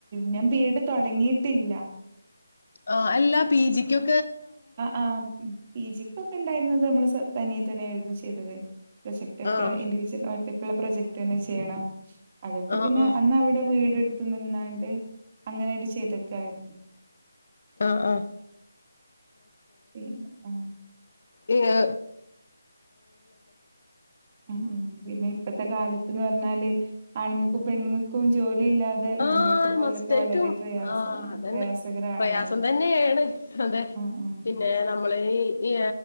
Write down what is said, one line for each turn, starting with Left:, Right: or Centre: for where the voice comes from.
Right: ഞാൻ ബി എഡ് തൊടങ്ങിയിട്ടില്ല
Left: ആഹ് അല്ലാ പി ജിക്കും
Right: ആഹ് ആഹ പിജി ഇപ്പൊ പിന്നെ ഇന്ന് അത് നമ്മൾ തനിയെ തന്നെയ എഴുതി ചെയ്തത്. പ്രൊജക്റ്റ് ഒക്കെ
Left: ആഹ്
Right: ഇൻഡിവിജ്വൽ ആയിട്ട ള്ള പ്രൊജക്ട് തന്നെ ചെയ്യണം. അതൊക്കെ
Left: ആഹ്
Right: പിന്നെ
Left: ആഹ്
Right: അന്ന് അവിടെ വീടെടുത്ത് നിന്നണ്ട് അങ്ങനെയട്ട ചെയ്തൊക്കെ ആയിരുന്നു
Left: ആഹ് ആഹ്
Right: പി ആഹ
Left: ഇ ആ
Right: ഉ ഉ പിന്നെ ഇപ്പത്തെ കാലത്ത്ന്ന് പറഞ്ഞാല് ആണുങ്ങൾക്കും പെണ്ണുങ്ങൾക്കും ജോലി ഇല്ലാതെ
Left: ആ
Right: മുന്നോട്ട് പോകലൊക്കെ
Left: മസ്റ്റ് ആ യിട്ടും
Right: വളരെ പ്രയാസ
Left: ആഹ അതന്നെ
Right: പ്രയാസകരാണല്ലോ
Left: പ്രയാസം തന്നെയാണ്. അതെ
Right: ആഹ്
Left: പിന്നെ
Right: ആഹ്
Left: നമ്മളെ ഈ ഈ